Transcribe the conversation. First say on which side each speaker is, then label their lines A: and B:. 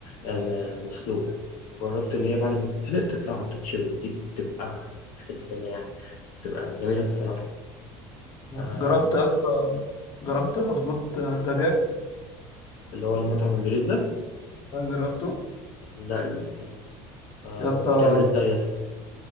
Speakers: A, on the left; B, on the left.
A: آه، مسلوقه وجربت ان هي بعد ما تتسلق تطلع تتشوي دي بتبقى في حته تانية يعني بتبقى جميله الصراحه آه
B: جربت يا اسطى جربت مضغوط دجاج
A: اللي هو المطعم الجديد ده
B: آه، جربته
A: لا لسه آه،
B: يا اسطى
A: هو بيتعمل ازاي يا اسطى